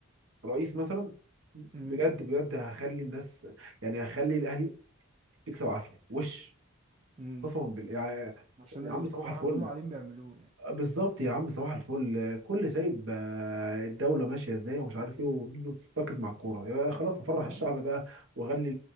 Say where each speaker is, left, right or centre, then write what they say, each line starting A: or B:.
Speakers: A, on the right; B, on the right.
A: رئيس مثلا
B: مم.
A: بجد بجد هخلي الناس يعني هخلي الاهلي تكسب عافيه وش
B: مم.
A: قسما بالله يعني
B: عشان
A: يا عم صباح
B: الصراحة
A: الفل
B: اللي هم قاعدين بيعملوه يعني
A: بالظبط يا عم صباح الفل كل سايب آه، الدولة ماشية ازاي ومش عارف ايه وركز مع الكورة يا خلاص افرح
B: اه
A: الشعب بقى واغلي